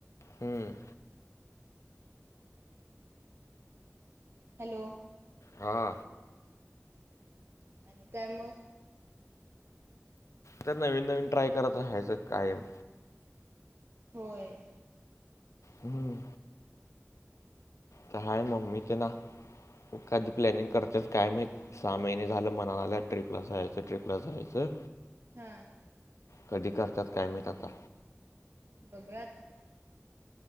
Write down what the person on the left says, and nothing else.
हम्
हां
तर नवीन नवीन ट्राय करत राहायच कायम
हम्म. तर लाय मम्मीचे ना, तू कधी प्लॅनिंग करतेस काय माहित. सहा महिने झालं म्हना लागल्या, ट्रिपला जायचं, ट्रिपला जायचं.
कधी करतात काय माहीत आता.